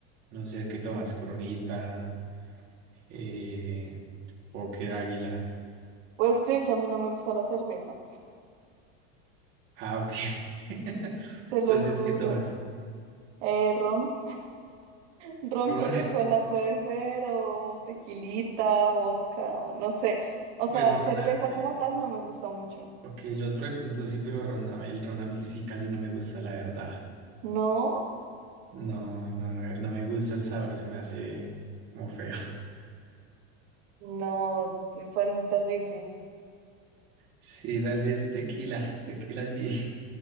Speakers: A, on the right (about 30°); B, on the right (about 80°).
A: No sé qué tomas, Coronita, eh, Póker Águila.
B: ¿Puedes creer que a mí no me gusta la cerveza?
A: Ah, ok. <laughs>
B: Te lo
A: Entonces,
B: juro.
A: ¿qué tomas?
B: Eh, ron, ron
A: Ron,
B: Coca-Cola
A: <laughs>
B: puede ser, o tequilita, vodka, o no sé. O
A: bueno,
B: sea, cerveza
A: Rona, eh,
B: como tal no me gusta mucho.
A: ok, el otro de pronto sí, pero Rona, el Rona a mí sí casi no me gusta, la verdad.
B: ¿No?
A: No, no, no, no me gusta el sabor, se me hace como feo. <laughs>
B: No, me parece terrible.
A: Sí, tal vez tequila, tequila sí. <laughs>